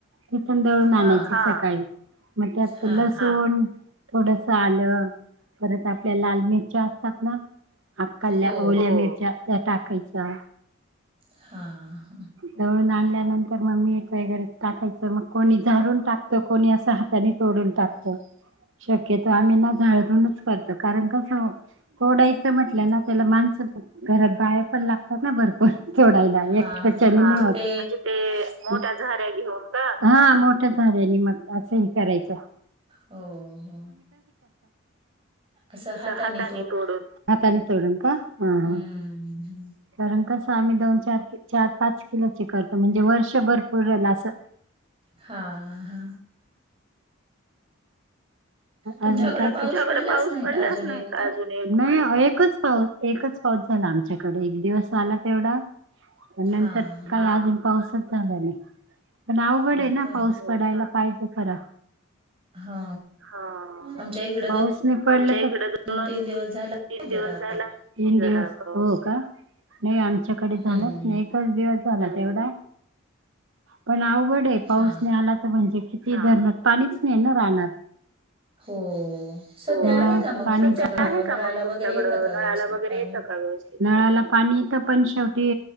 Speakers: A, on the right (about 65°); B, on the right (about 25°).
A: तिथून दळून
B: हां,
A: आणायची सकाळी मग त्यात
B: हां.
A: लसुण थोडस आलं परत आपल्या लाल मिरच्या असतात ना अकल्या
B: हो.
A: ओल मिरच्या त्या टाकायच्या
B: हां, हां.
A: दळून आणल त्यानंतर मग मी ट्रायगर टाकायचं मग कोणी झाडून टाकतो कोणी असं हाताने तोडून टाकतो शक्यतो आम्ही ना झाळूनच करतो कारण कस तोडायच म्हटलं ना त्याला माणस घरात बाया पण लागतात ना भरपूर म्हणजे
B: हा हा ते
A: ते मोठ्या झार्या घेऊन का झार्याने मग असं ही करायचं
B: हो हो असं
A: कस
B: हाताने
A: हातानी तोडून हातानी तोडून का हा
B: हम्म
A: हा
B: हम्म
A: कारण कसं आम्ही दोन चार चार पाच किलोचे करतो म्हणजे वर्षभर पूरल असं
B: हा हा तुमच्याकडे
A: अजून काय
B: पाऊस
A: तुमच्याकडे
B: पडलाच
A: पाऊस
B: नाही
A: पडलाच
B: का अजून एक
A: नाही काय
B: पण
A: अजून एकच पाऊस एकच पाऊस झाला आमच्याकडे एक दिवस आला तेवढा नंतर
B: हा हा
A: काल अजून पाऊसच झाला नाही पण अवघड
B: हो
A: आहे ना
B: का
A: पाऊस पडायला पाहिजे खरा
B: हा
A: हा
B: आमच्या इकड
A: पाऊस नाही पडला आमच्या ईकड दोन
B: तीन दिवस झाला आहे
A: तीन
B: जरा
A: दिवस तीन दिवस हो का नाही आमच्याकडे झालाच
B: हम्म
A: नाही एकच दिवस झाला तेवढा पण आवघड आहे पाऊस
B: हा
A: नाही आला तर म्हणजे किती धरणात पाणीच नाही ना राहणार
B: हो सध्या
A: हो
B: आहे का मग
A: पाणी
B: तुमच्याकडं
A: आहे
B: नळाला
A: का मग तुमच्याकड
B: वगैरे येतं का व्यवस्थित
A: नळाला वगैरे
B: पाणी
A: येतं का व्यवस्थित नळाला पाणी आणि ईथ पण शेवट ते